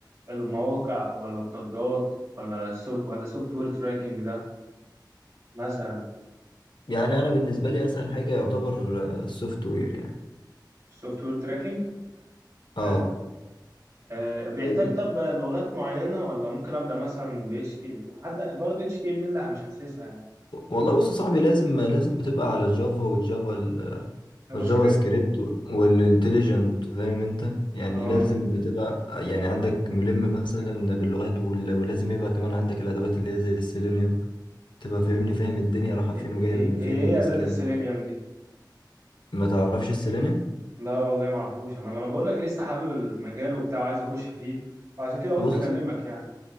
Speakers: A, on the right (about 45°); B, on the left (about 80°).
A: المواقع ولا التطبيقات ولا السوفت ولا السوفت وير تراكنج ده مثلا
B: يعني انا بالنسبه لي اسهل حاجه يعتبر آه، السوفت وير يعني
A: السوفت وير تراكنج
B: اه
A: حلو أه بيحتاج
B: فاهمني؟
A: طب لغات معينه ولا ممكن ابدا مثلا ب اتش تي ام هبدا برضه اتش تي ام لا مش حاسسها يعني
B: والله بص يا صاحبي لازم لازم بتبقى على الجافا والجافا ال-
A: جافا
B: والجافا
A: سكريبت
B: سكريبت والانتليجنت فاهم انت يعني
A: اه
B: لازم بتبقى يعني عندك ملم مثلا باللغات وال- ولازم يبقى كمان عندك الادوات اللي هي زي السيلينيوم تبقى فاهمني فاهم الدنيا رايحه
A: هي
B: فين وجايه
A: هي
B: من
A: هي
B: فين
A: ايه
B: والسكيل
A: اداه السيلينيوم دي
B: ما تعرفش السيلينيوم
A: لا والله ما اعرفوش انا ما انا بقول لك لسه حابب المجال وبتاع وعايز اخش فيه وعشان كده قلت
B: بص
A: اكلمك يعني